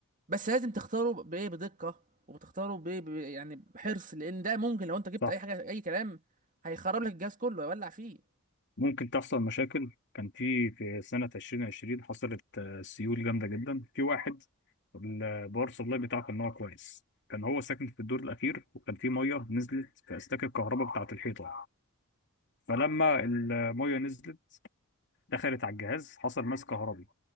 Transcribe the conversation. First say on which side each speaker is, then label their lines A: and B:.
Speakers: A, on the right (about 35°); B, on the left (about 50°).
A: بس لازم تختاره بايه بدقه وبتختاره بايه ب- يعني بحرص لان ده ممكن لو انت جبت
B: صح
A: اي حاجه اي كلام هيخرب لك الجهاز كله هيولع فيه
B: ممكن تحصل مشاكل كان في في سنه 2020 حصلت آه، سيول جامده جدا في واحد الباور سبلاي بتاعه كان هو كويس كان هو ساكن في الدور الاخير وكان في ميه نزلت في اسلاك الكهرباء بتاعه الحيطه فلما المية نزلت دخلت على الجهاز حصل ماس كهربي